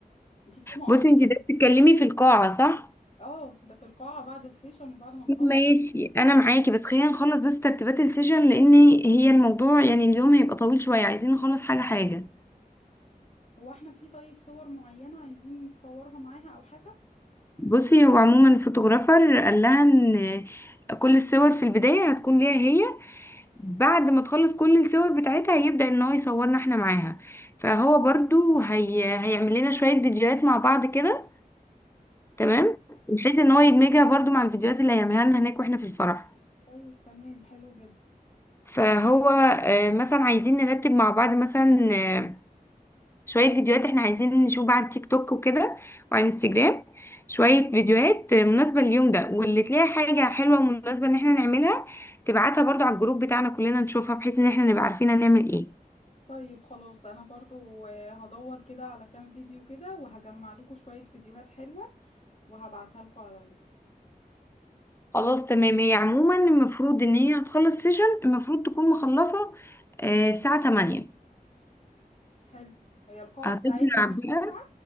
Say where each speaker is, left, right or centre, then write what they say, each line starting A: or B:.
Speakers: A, on the left; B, on the left.
A: انت فاهمه
B: بصي
A: قصدي
B: انتي ده بتتكلمي في القاعة صح؟
A: اه ده في القاعه بعد السيشن وبعد ما نخلص
B: ماشي انا معاكي بس خلينا نخلص بس ترتيبات السيشن لان هي الموضوع يعني اليوم هيبقى طويل شوية عايزين نخلص حاجة حاجة
A: هو احنا في طيب صور معينه عايزين نتصورها معاها او حاجه
B: بصي هو عموما الفوتوغرافر قال لها ان كل الصور في البداية هتكون ليها هي بعد ما تخلص كل الصور بتاعتها هيبدأ ان هو يصورنا احنا معاها فهو برضو هي... هيعمل لنا شوية فيديوهات مع بعض كده تمام
A: حلو
B: بحيث ان هو يدمجها برضو مع الفيديوهات اللي هيعملها لنا هناك واحنا في الفرح
A: طيب تمام حلو جدا
B: فهو آه، مثلا عايزين نرتب مع بعض مثلا آه، شوية فيديوهات احنا عايزين نشوف بقى على التيك توك وكده وعلى الانستجرام شوية فيديوهات مناسبة لليوم ده واللي تلاقي حاجة حلوة ومناسبة ان احنا نعملها تبعتها برضو على الجروب بتاعنا كلنا نشوفها بحيث ان احنا نبقى عارفين هنعمل ايه
A: طيب خلاص انا برضو آه، هدور كده على كام فيديو كده وهجمع لكم شويه فيديوهات حلوه وهبعتها لكم على
B: خلاص تمام هي عموما المفروض ان هي هتخلص سيشن المفروض تكون مخلصة آه، الساعة 8
A: حلو هي القاعة
B: هتطلع
A: بتاعتها من
B: بقى
A: تسعة